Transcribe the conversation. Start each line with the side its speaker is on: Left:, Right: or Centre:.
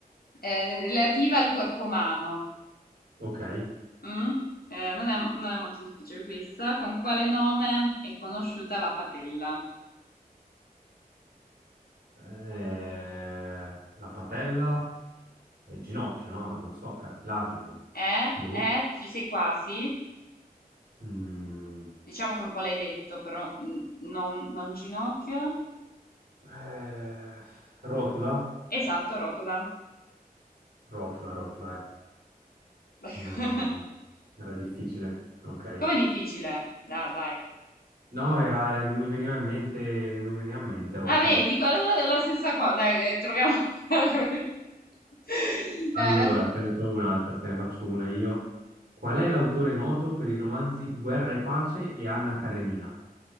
Left: eh, relativa al corpo umano.
Right: Ok.
Left: mm? Eh, non è, non è molto difficile questa. Con quale nome è conosciuta la patella?
Right: Eh, la patella e il ginocchio, no? Non lo so, cartilagine.
Left: Eh?
Right: Boh.
Left: Eh? Ci sei quasi?
Right: Mm.
Left: Diciamo che un po' l'hai detto, però mm, non, non ginocchio.
Right: Eh, rotula?
Left: Esatto, rotola.
Right: Rotula, rotula, eh.
Left: <laughs>
Right: Mi- mi- Era difficile, ok.
Left: Come difficile? Dai, dai.
Right: No, era, eh, non mi veniva in mente, non mi veniva in mente rotula.
Left: Ah, vedi, quella è la stessa cosa. Dai, eh, troviamo. <laughs> Eh,
Right: Allora,
Left: la stessa-
Right: te ne trovo un'altra, te ne faccio una io. Qual è l'autore noto per i romanzi Guerra e Pace e Anna Karenina?